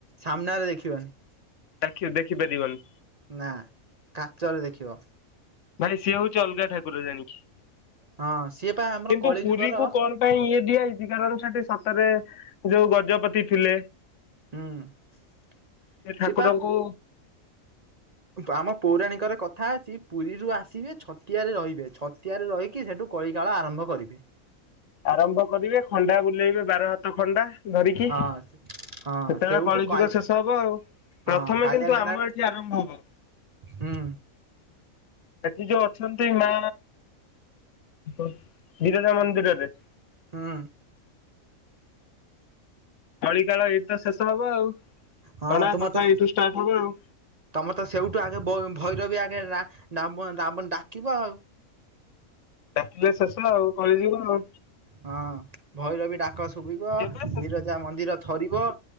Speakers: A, on the right; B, on the left.
A: ସାମ୍ନାରେ ଦେଖିବାନି।
B: ଆଖିରେ ଦେଖିପାରିବନି।
A: ନା କାଚରେ ଦେଖିବ।
B: ଭାଇ ସିଏ ହଉଚି ଅଲଗା ଠାକୁର ଜାଣିକି।
A: ହଁ ସିଏ ପା ଆମର
B: କିନ୍ତୁ
A: କଳି
B: ପୁରୀ
A: ଯୁଗର
B: <unintelligible> ଇଏ ଦିଆ ହେଇଚି କାରଣ ସେଠି ସତରେ ଯଉ ଗଜପତି ଥିଲେ
A: ହୁଁ-
B: ସେ ଠାକୁରଙ୍କୁ
A: ସିଏ ପା ପୁ ଆମ ପୌରାଣିକରେ କଥା ଅଛି ପୁରୀରୁ ଆସିବେ ଛତିଆରେ ରହିବେ ଛତ୍ ଛତିଆ ରେ ରହିକି ସେଠୁ କଳି କାଳ ଆରମ୍ଭ କରିବେ।
B: ଆରମ୍ଭ କରିବେ ଖଣ୍ଡା ବୁଲେଇବେ ବାର ହାତ ଖଣ୍ଡା। ଧରିକି
A: ହଁ
B: ସେତେବେଳେ
A: ହଁ ସେଉଠୁ
B: କଳିଯୁଗ
A: କାଳି
B: ଶେଷ ହବ ଆଉ।
A: ହଁ
B: ପ୍ରଥମେ
A: କାଳିଆ
B: କିନ୍ତୁ
A: ଘୋଡା
B: ଆମ ଏଠି ଆରମ୍ଭ ହବ।
A: ହୁଁ।
B: ଏଠି ଯଉ ଅଛନ୍ତି ମା ବିରଜା ମନ୍ଦିରରେ
A: ହଁ।
B: କଳିକାଳ ଏଇଠି ତ ଶେଷ ହବ ଆଉ।
A: ହଁ
B: ହଣା
A: ତୁମର
B: କଠା
A: ତ
B: ଏଇଠୁ ଷ୍ଟାର୍ଟ ହବ ଆଉ
A: ତମେ ତ ସେଉଠୁ ଆଗେ ବ- ଭୈରବି ଆଗେ ରା-ରାମ-ରାମ ଡାକିବ ଆଉ।
B: <inaudible> ହେଲେ ଶେଷ ଆଉ କଳିଯୁଗ ଆଉ।
A: ହଁ ଭୈରବି ଡାକ ଶୁଭିବ
B: କେବେ
A: ବିରଜା ମନ୍ଦିର ଥରିବ